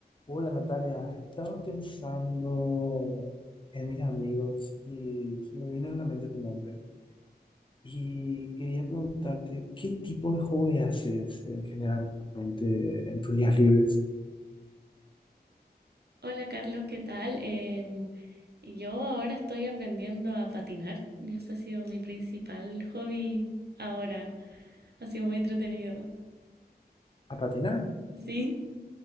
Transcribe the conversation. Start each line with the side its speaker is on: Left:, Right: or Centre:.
Left: Hola Natalia, estaba pensando en mis amigos y se me vino a la mente tu nombre. Y quería preguntarte, ¿qué tipo de hobby haces eh, generalmente en tus días libres?
Right: Hola Carlos, ¿qué tal? Em, yo ahora estoy aprendiendo a patinar. Y ese ha sido mi principal hobby ahora. Ha sido muy entretenido.
Left: ¿A patinar?
Right: Sí.